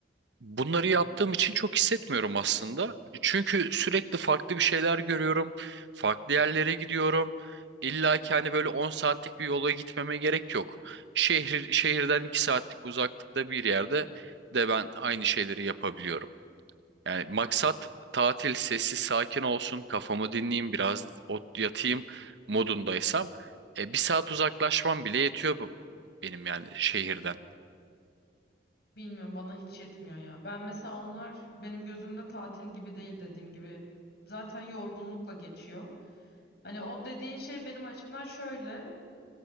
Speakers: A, on the right (about 75°); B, on the left (about 60°).
A: Bunları yaptığım için çok hissetmiyorum aslında. Çünkü sürekli farklı bir şeyler görüyorum. Farklı yerlere gidiyorum. İlla ki hani böyle 10 saatlik bir yola gitmeme gerek yok. Şehir, şehirden 2 saatlik uzaklıkta bir yerde de ben aynı şeyleri yapabiliyorum. Yani maksat tatil sessiz sakin olsun, kafamı dinleyeyim, biraz ot yatayım modundaysam e, bir saat uzaklaşmam bile yetiyor bu- benim yani şehirden.
B: Bilmiyorum bana hiç yetmiyor ya. Ben mesela onlar benim gözümde tatil gibi değil dediğim gibi. Zaten yorgunlukla geçiyor. Hani o dediğin şey benim açımdan şöyle.